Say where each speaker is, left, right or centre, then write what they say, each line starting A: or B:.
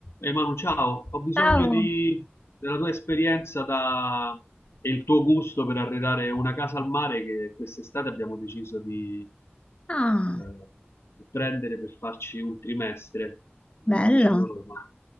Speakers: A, on the left; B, on the left.
A: Ehi Manu, ciao, ho bisogno
B: Ciao.
A: di- della tua esperienza da- e il tuo gusto per arredare una casa al mare che quest'estate abbiamo deciso di
B: Ah,
A: eh, prendere per farci un trimestre eh,
B: bello.
A: vicino a Roma.